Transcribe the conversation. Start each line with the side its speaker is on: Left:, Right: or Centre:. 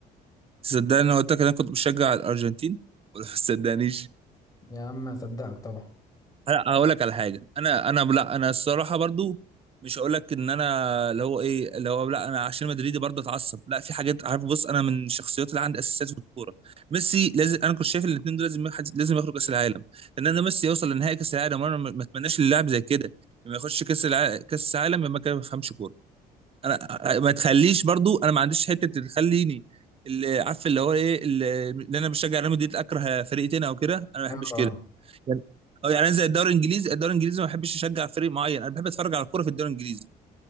Right: صدقني انا قلت لك انا كنت بشجع الارجنتين <laughs> ولا ما صدقنيش
Left: يا عم أصدقك طبعا
Right: لا هقول لك على حاجه انا انا لا انا الصراحه برضو مش هقول لك ان انا اللي هو ايه اللي هو لا انا عشان مدريدي برضه اتعصب لا في حاجات عارف بص انا من الشخصيات اللي عندي اساسيات في الكوره ميسي لازم انا كنت شايف الاثنين دول لازم يحد- لازم يخرج كاس العالم لان انا ميسي يوصل لنهائي كاس العالم وانا ما ما اتمناش للاعب زي كده لما يخش كاس الع... كاس العالم ما كان ما بفهمش كوره انا ما تخليش برضو انا ما عنديش حته تخليني اللي عارف اللي هو ايه اللي اللي انا بشجع ريال مدريد اكره فريق تاني او كده انا ما
Left: آه
Right: بحبش كده يعني اه يعني انا زي الدوري الانجليزي الدوري الانجليزي ما بحبش اشجع فريق معين انا بحب اتفرج على الكوره في الدوري الانجليزي